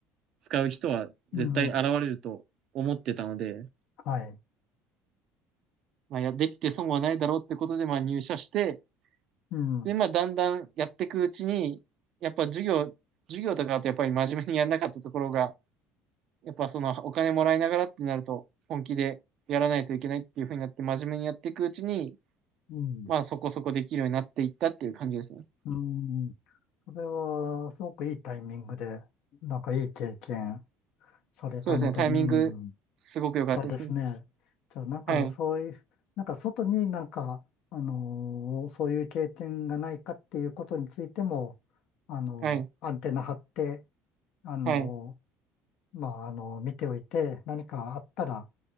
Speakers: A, on the right; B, on the left.
A: 使う人は絶対現れると思ってたので、
B: うん。はい。
A: まあ、や、できて損はないだろうってことで、まあ、入社して、
B: うん。
A: で、まあ、だんだんやっていくうちに、やっぱ授業、授業とかだとやっぱり真面目にやらなかったところが、やっぱそのお金もらいながらってなると、本気でやらないといけないっていう風になって、真面目にやっていくうちに、
B: うん。
A: まあ、そこそこできるようになっていったっていう感じですね。
B: うん。それは、すごくいいタイミングで、なんかいい経験されたので、
A: そうですね、タイミング、
B: うん。
A: すごく良かったですね。
B: そうですね。じゃあ、なんか、
A: はい、
B: そういう、なんか、外になんか、あのーそういう経験がないかっていうことについても、あのーアンテナ張って、
A: はい、
B: あの
A: はい、
B: ーまあ、あのー見ておいて、何かあったら